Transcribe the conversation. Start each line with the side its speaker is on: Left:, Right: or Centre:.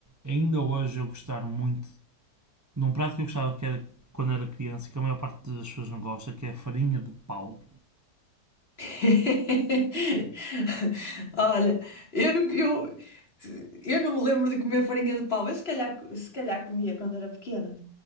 Right: ainda hoje, eu gostar muito de um prato que eu gostava que era quando era criança e que a maior parte das pessoas não gosta, que é a farinha de pau?
Left: <laughs> Olha, eu não, eu, eu não me lembro de comer farinha de pau. Eu se calhar, se calhar comia quando era pequena,